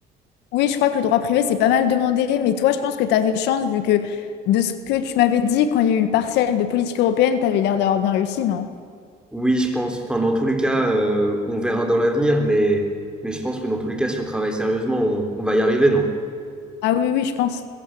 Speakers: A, on the left (about 85°); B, in the centre.
A: Oui, je crois que le droit privé, c'est pas mal demandé, mais toi, je pense que tu as des chances, vu que de ce que tu m'avais dit quand il y a eu le partiel de politique européenne, tu avais l'air d'avoir bien réussi, non?
B: Oui, je pense. Enfin, dans tous les cas, euh, on verra dans l'avenir, mais, mais je pense que dans tous les cas, si on travaille sérieusement, on on va y arriver, non?
A: Ah oui, oui, je pense.